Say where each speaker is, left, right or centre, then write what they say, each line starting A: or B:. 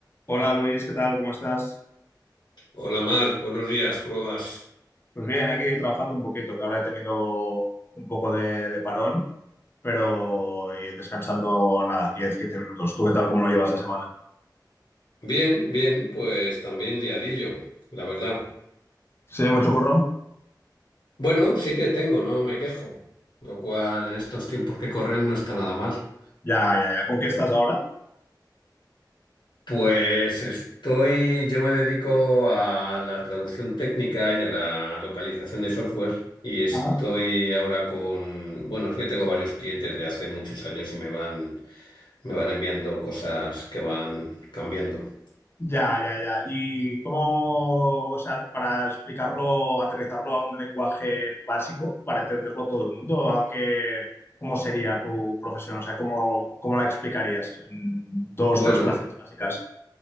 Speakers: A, on the left; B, on the left.
A: Hola Luis, ¿qué tal? ¿Cómo estás?
B: Hola Marc, buenos días, ¿cómo vas?
A: Pues bien, aquí trabajando un poquito, que ahora he tenido un poco de, de parón, pero y descansando nada, diez quince minutos. ¿Tú qué tal? ¿Cómo lo llevas la semana?
B: Bien, bien, pues también liadillo, la verdad.
A: Sí, mucho curro.
B: Bueno, sí que tengo, no me quejo, lo cual en estos tiempos que corren no está nada mal.
A: Ya, ya, ya. ¿Con qué estás ahora?
B: Pues estoy, yo me dedico a la traducción técnica y a la localización de software y estoy
A: Ajá.
B: ahora con, bueno, es que tengo varios clientes de hace muchos años y me van, me van enviando cosas que van cambiando.
A: Ya, ya, ya. ¿Y cómo, o sea, para explicarlo, aterrizarlo a un lenguaje básico, para entenderlo todo el mundo, ¿a qué- cómo sería tu profesión? O sea, ¿cómo, cómo la explicarías en dos,
B: Bueno,
A: tres frases básicas?